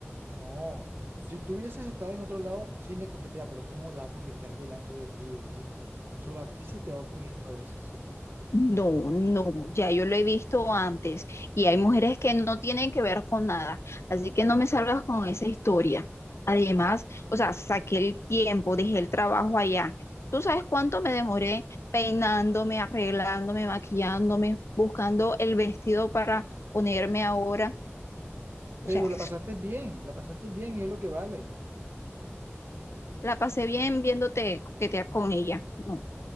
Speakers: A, on the right (about 50°); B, on the left (about 70°).
A: No, si tú hubieses estado en otro lado, sí me coquetea, pero ¿cómo va a coquetear delante de ti, oye? Solo a ti se te va ocurriendo eso, sí.
B: No, no, ya yo lo he visto antes y hay mujeres que no tienen que ver con nada, así que no me salgas con esa historia. Además, o sea, saqué el tiempo, dejé el trabajo allá. ¿Tú sabes cuánto me demoré peinándome, arreglándome, maquillándome, buscando el vestido para ponerme ahora? O
A: Pero
B: sea,
A: la pasaste bien, la pasaste bien y es lo que vale.
B: la pasé bien viéndote coquetear con ella. No.